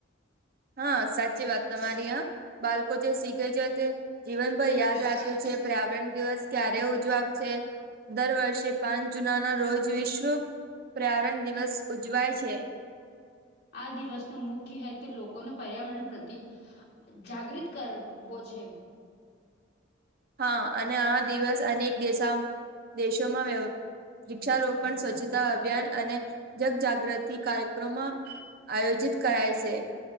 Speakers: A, on the right; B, on the left.
A: હા સાચી વાત તમારી આ બાળકો જે શીખે છે તે જીવન પર યાદ રાખ્યું છે પર્યાવરણ દિવસ ક્યારે ઉજવાવશે દર વર્ષે પાંચ જુન ના રોજ વિશ્વ પર્યાવરણ દિવસ ઉજવાય છે.
B: આ દિવસનો મુખ્ય હેતુ લોકોને પર્યાવરણ પ્રતિ જાગૃત કરવો છે.
A: હા અને આ દિવસ અનેક દેશ દેશોમાં વ્ય વૃક્ષારોપણ સ્વચ્છતા અભિયાન અને જગજાગૃતિ કાર્યક્રમો આયોજિત કરાય છે.